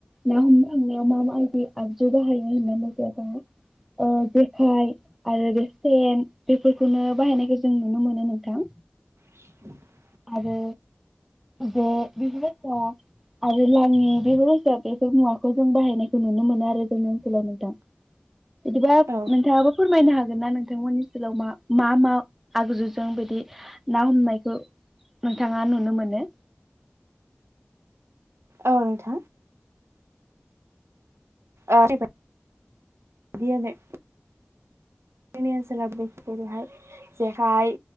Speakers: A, in the centre; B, on the right.
A: ना हमनो थांनायाव मा मा आयबोयो आगजु बाहायो होनना मोजांाब <unintelligible> ओ जेखाय आरो बे सेन बेफोरखौनो बाहायनायखौ जों नुनो मोनो नोंथां
B: <inaudible>
A: आरो बे बिफोरबायसा आरो लाङि बेफोर <inaudible> बेफोर मुवाखौ जों बाहायनायखौ नुनो मोनो आरो जोंनि ओनसोलावनो दा। बिदिब्ला
B: औ
A: नोंथाङाबो फोरमायनो हागोन ना नोंथांमोननि सोलाव मा-मा मा आगजुजों बे ना हमनायखौ नोंथाङा नुनो मोनो
B: औ नोंथां आरैबायदि <inaudible> जोंनि ओनसोलाव <inaudible> जेखाय